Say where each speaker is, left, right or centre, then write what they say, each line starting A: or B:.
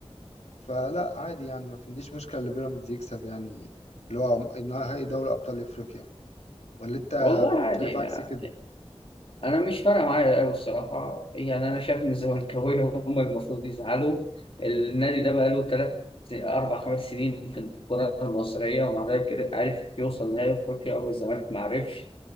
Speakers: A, on the left (about 85°); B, on the left (about 55°).
A: فلا عادي يعني ما عنديش مشكلة اللي بيراميدز يكسب يعني اللي هو نهائي دوري أبطال أفريقيا ولا أنت
B: والله عادي
A: شايف
B: يعني.
A: عكس كده؟
B: انا مش فارقه معايا قوي الصراحه يعني انا شايف ان الزملكاويه <laughs> هم المفروض يزعلوا النادي ده بقاله ثلاث اربع خمس سنين في الكره المصريه ومع ذلك عرف يوصل نهائي افريقيا والزمالك ما عرفش